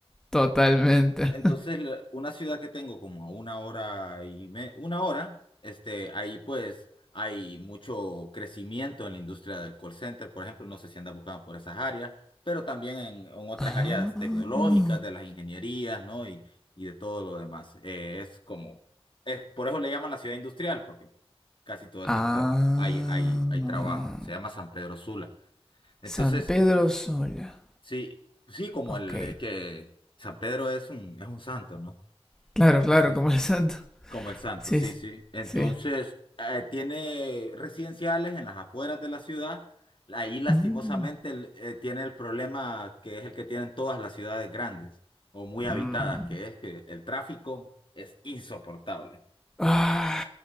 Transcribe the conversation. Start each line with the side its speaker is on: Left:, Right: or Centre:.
Centre: totalmente.
Left: Entonces, la- una ciudad que tengo como a una hora y me, una hora, este, ahí pues hay mucho crecimiento en la industria del call center, por ejemplo, no sé si andas buscando por esas áreas, pero también en, en otras
Centre: Ah.
Left: áreas tecnológicas,
Centre: no.
Left: de las ingenierías, ¿no? Y, y de todo lo demás. Eh, es como, es, por eso le llaman la ciudad industrial, porque casi todo el
Centre: Ah.
Left: tiempo hay, hay, hay trabajo. Se llama San Pedro Sula. Entonces,
Centre: San Pedro Sola.
Left: sí, sí, como
Centre: Ok.
Left: el eh, que San Pedro es un, es un santo, ¿no?
Centre: Claro, claro,
Left: Sí, sí,
Centre: como
Left: sí.
Centre: el santo.
Left: como el santo,
Centre: Sí,
Left: sí,
Centre: sí,
Left: sí. Entonces,
Centre: sí.
Left: eh, tiene residenciales en las afueras de la ciudad. Ahí lastimosamente
Centre: Mm.
Left: el- eh, tiene el problema que es el que tienen todas las ciudades grandes o muy
Centre: Mm.
Left: habitadas, que es que el tráfico es insoportable.
Centre: Ah.